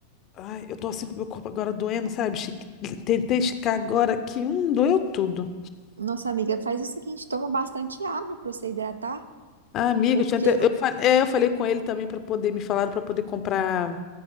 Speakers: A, on the left (about 35°); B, on the right (about 75°).
A: Ai, eu tô assim com o meu corpo agora doendo, sabe? Chi- Tentei esticar agora que um doeu tudo.
B: Nossa, amiga, faz o seguinte, toma bastante água para você hidratar,
A: Ah, amiga,
B: porque
A: eu tinha até... eu, fa- é, eu falei com ele também para poder me falar para poder comprar